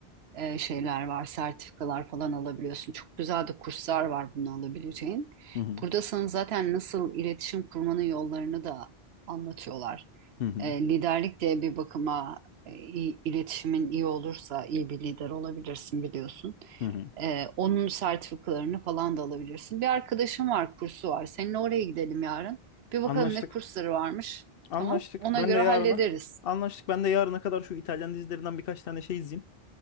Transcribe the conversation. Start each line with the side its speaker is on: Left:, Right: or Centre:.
Right: e, şeyler var, sertifikalar falan alabiliyorsun. Çok güzel de kurslar var bunu alabileceğin.
Left: Hı hı,
Right: Burada sana zaten nasıl iletişim kurmanın yollarını da anlatıyorlar.
Left: hı hı,
Right: E, liderlik de bir bakıma e, i- iletişimin iyi olursa iyi bir lider olabilirsin biliyorsun.
Left: hı hı.
Right: E, onun sertifikalarını falan da alabilirsin. Bir arkadaşım var, kursu var. Seninle oraya gidelim yarın. Bir bakalım
Left: Anlaştık.
Right: ne kursları varmış.
Left: Anlaştık.
Right: Tamam. Ona
Left: Ben
Right: göre
Left: de yarına.
Right: hallederiz.
Left: Anlaştık. Ben de yarına kadar şu İtalyan dizilerinden birkaç tane şey izleyeyim.